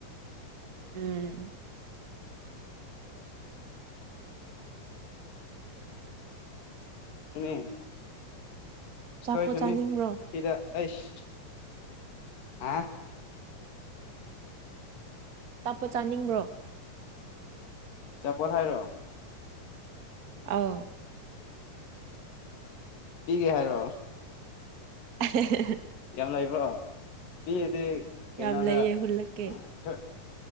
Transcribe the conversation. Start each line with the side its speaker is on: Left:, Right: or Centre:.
Right: ꯎꯝ
Left: ꯅꯤ
Right: ꯑꯆꯥꯄꯣꯠ
Left: ꯀꯣꯏꯁꯨꯅꯤ
Right: ꯆꯥꯅꯤꯡꯕ꯭ꯔꯣ
Left: ꯁꯤꯗ ꯑꯩꯁ ꯍꯥ
Right: ꯆꯞꯄ ꯆꯥꯅꯤꯡꯕ꯭ꯔꯣ
Left: ꯆꯞꯄꯜ ꯍꯥꯏꯔꯣ
Right: ꯑꯥꯎ
Left: ꯄꯤꯒꯦ ꯍꯥꯏꯔꯣ
Right: ꯍ
Left: ꯌꯥꯝ ꯂꯩꯕ꯭ꯔꯣ ꯄꯤꯔꯗꯤ ꯀꯩꯅꯣꯗ
Right: ꯌꯥꯝ ꯂꯩꯌꯦ ꯍꯨꯜꯂꯛꯀꯦ
Left: ꯈꯔ